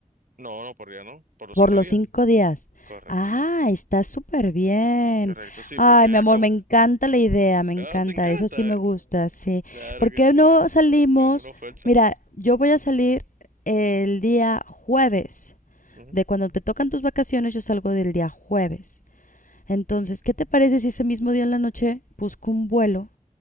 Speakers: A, on the right (about 85°); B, on the left (about 75°).
A: no, no por día, ¿no? Por los
B: Por
A: cinco
B: los
A: días.
B: cinco días.
A: Correcto.
B: Ah, está súper bien.
A: Correcto, sí,
B: Ay,
A: porque acabo
B: mi amor, me encanta la idea, me encanta.
A: Ah, te encanta.
B: Eso sí me gusta, sí.
A: Claro
B: ¿Por
A: que
B: qué
A: sí.
B: no salimos?
A: ¿Alguna oferta?
B: Mira, yo voy a salir el día jueves.
A: Ujú,
B: De cuando te tocan tus vacaciones, yo salgo del día jueves. Entonces,
A: ujú,
B: ¿qué te parece si ese mismo día en la noche busco un vuelo